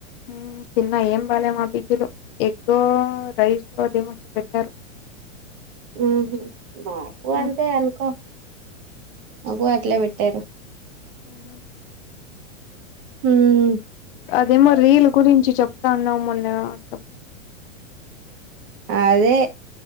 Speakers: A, on the left; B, on the right.
A: ఉమ్ తిన్న ఏం బాలే మా పీజీలో ఎగ్గ రైస్ అదేమోచ్చిపేట్టారు
B: ఉహ్మ్ మాకు
A: మ్మ్.
B: అంతే అనుకో మాకు అట్లేపే టేరు
A: అహం
B: హ్మ్
A: అదేమో రీల్ గురించి చెప్తాన్నవ మొన్న చెప్పు
B: అదే